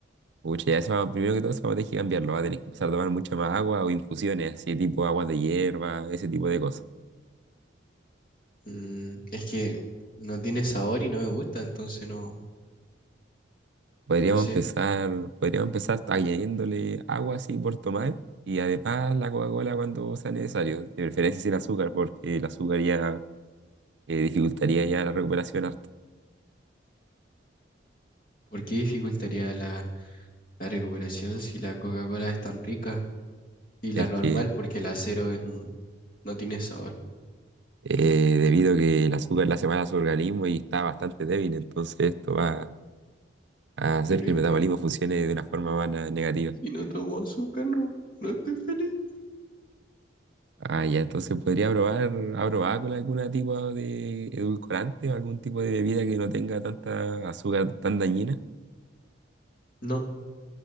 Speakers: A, on the right (about 65°); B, on the left (about 45°).
A: Pucha, ya eso va- primero que todo eso va a tener que cambiarlo. Va a tener que empezar a tomar mucha más agua o infusiones, así tipo agua de hierba, ese tipo de cosas.
B: Mm, es que no tiene sabor y no me gusta, entonces no,
A: Podríamos
B: no sé
A: empezar, podríamos empezar añadiéndole agua así por tomar y además la Coca-Cola cuando sea necesario, de preferencia sin azúcar, porque el azúcar ya eh, dificultaría ya la recuperación harto.
B: por qué dificultaría la, la recuperación si la Coca-Cola es tan rica y la
A: Es
B: normal
A: que
B: porque la cero es, m- no tiene sabor.
A: eh, debido a que el azúcar le hace mal a su organismo y está bastante débil, entonces esto va a hacer
B: Pero
A: que
B: es
A: el metabolismo
B: que
A: funcione de una forma más na- negativa.
B: si no tomo azúcar no, no estoy feliz.
A: Ah, ya, entonces podría probar, ¿ha probado con algún tipo de edulcorante o algún tipo de bebida que no tenga tanta azúcar tan dañina?
B: No,